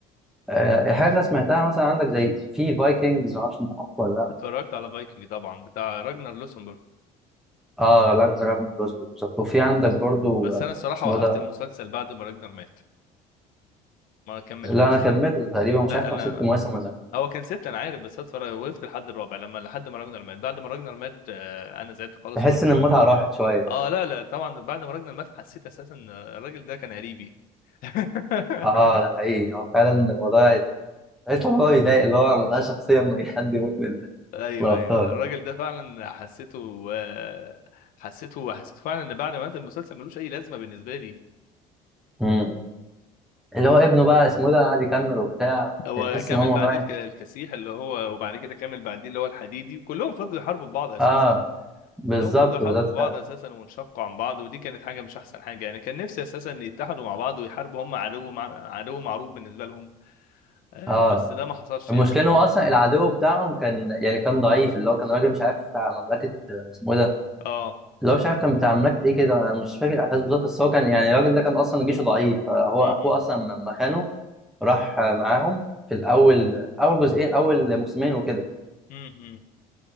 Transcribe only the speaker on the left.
اتفرجت على فايكنج طبعا بتاع راجنر لوسنبورغ
بس
انا الصراحه
وقفت
المسلسل بعد ما راجنر مات ما كملتوش
لا
انا
هو كان ستة انا عارف بس اتفرج وقفت لحد الرابع لما لحد ما راجنر مات بعد ما راجنر مات آه، انا زعلت خالص
وما عرفتش
اكمل
اه لا لا طبعا بعد ما راجنر مات حسيت اساسا إن الراجل ده كان قريبي <laughs>
ايوه
ايوه الراجل ده فعلا حسيته آه، حسيته حسيته فعلا ان بعد ما مات المسلسل ملوش اي لازمه بالنسبه لي
هو
كمل
بعديه
الك- الكسيح اللي هو وبعد كده كمل بعديه اللي هو الحديدي كلهم فضلوا يحاربوا بعض اساسا
كلهم فضلوا يحاربوا
بعض اساسا وانشقوا عن بعض ودي كانت حاجه مش احسن حاجه يعني كان نفسي اساسا ان يتحدوا مع بعض ويحاربوا هم عدو مع... عدو معروف بالنسبه لهم آه،
بس ده ما حصلش
يعني
اه
امم
امم